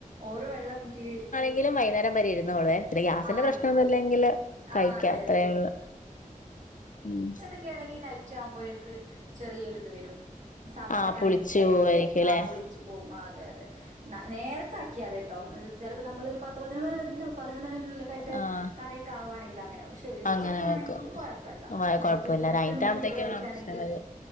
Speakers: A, on the right; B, on the left.
A: ഓവറ് വെള്ളം ൻക്കി
B: ങ്കിലും വൈന്നാരം വരേ ഇര്ന്നോള്ള്വേ പിന്നെ ഗ്യാസിന്റെ
A: ആഹ്
B: പ്രശ്നൊന്നുല്ലെങ്കില്
A: ഇരു
B: കഴിക്കാ
A: ആഹ് അതെ
B: അത്രേ
A: അതെ
B: ഒള്ളൂ. ഉം
A: ഇക്ക്യാണെങ്കി നൈറ്റാവുമ്പോഴേക്ക് ചെറിയൊരിത് വെരും സാമ്പാറൊക്കെണെങ്കി
B: ആഹ് പുളിച്ചു
A: ടെ
B: പോവായിരിക്കുംല്ലേ
A: ആഹ് പുളിച്ചും. പോവും ആഹ് അതെ യതെ ന്ന നേരത്താക്ക്യാല് ട്ടോ അഹ് ചെലപ്പൊ നമ്മളൊര് പത്ത് പതിനൊന്ന് ന്ന് പതിനൊന്നണിൻ്റെ ഉള്ളിലൊക്കായിട്ട്
B: ആഹ്
A: കറി ക്കാവാണെങ്കില് അങ്ങനെ ഉഷ് <unintelligible> ഉച്ചക്ക്യാണെങ്കില്
B: അങ്ങനെ വെക്കും
A: കൊഴപ്പല്ല നൈറ്റൊക്കെ
B: കൊഴപ്പല്ല
A: പെട്ടെന്ന്
B: നൈറ്റ് ആകുമ്പത്തേക്കാണ്
A: ഫുഡ് കഴിക്കാണെങ്കില്
B: പ്രശ്നം വരാ